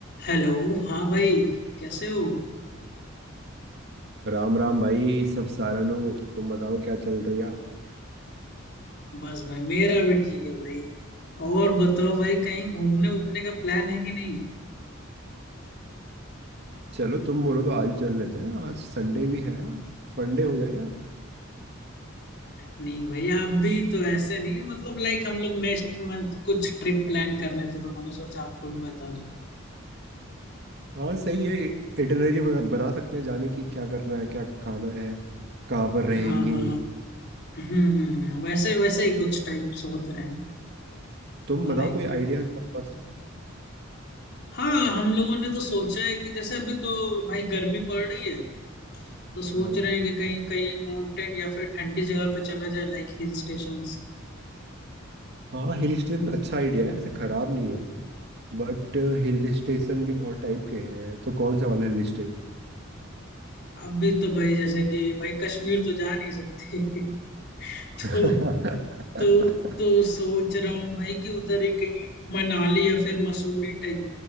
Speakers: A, on the left (about 55°); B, on the right (about 55°).
A: Hello हाँ भाई कैसे हो
B: राम राम भाई सब सारानु तुम बताओ क्या चल रही है
A: बस भाई मेरा भी ठीक है भाई और बताओ भाई कहीं घूमने वूमने का प्लान है कि नहीं
B: चलो तुम बोलो तो आज ही चल लेते हैं आज संडे भी है फंडे हो जाएगा
A: नहीं भाई आप भी तो ऐसे नहीं मतलब लाइक हम लोग नेक्स्ट मंथ कुछ ट्रिप प्लान कर रहे थे तो मैंने सोचा आपको भी बता दूं
B: हाँ सही है इटिनरी बना, बना सकते हैं जाने की क्या करना है क्या खाना है कहाँ पर रहेंगे
A: हाँ हाँ हम्म हम्म हम्म, वैसे वैसे ही कुछ टाइप सोच रहे हैं
B: तुम
A: तो
B: बताओ
A: लाइक
B: कोई आइडिया है तुम्हारे पास तो?
A: हाँ हम लोगों ने तो सोचा है कि जैसे अभी तो भाई गर्मी पड़ रही है तो सोच
B: हाँ
A: रहे हैं कि कहीं कहीं माउंटेन या फिर ठंडी जगह पे चला जाए लाइक हिल स्टेशंस
B: हाँ हिल स्टेशन अच्छा आइडिया है ऐसे खराब नहीं है बट हिल स्टेशन भी बहुत टाइप के हैं तो कौन सा वाला हिल स्टेशन
A: अभी तो भाई जैसे कि भाई कश्मीर तो जा नहीं सकते <laughs> तो
B: <laughs>
A: तो तो सोच रहा हूँ भाई कि उधर ही कहीं मनाली या फिर मसूरी टाइप